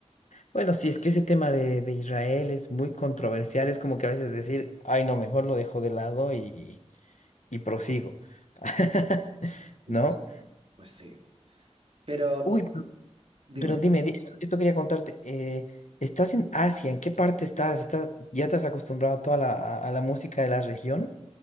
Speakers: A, on the left; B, on the right.
A: Bueno, sí, es que ese tema de, de Israel es muy controversial. Es como que a veces decir, ay, no, mejor lo dejo de lado y, y prosigo. <laughs>
B: Y
A: ¿No?
B: pues, pues sí. Pero
A: Uy, pero
B: dime.
A: pero dime, di- esto, esto quería contarte. eh, ¿estás en Asia? ¿En qué parte estás? ¿Estás, ya te has acostumbrado a toda la, a, a la música de la región?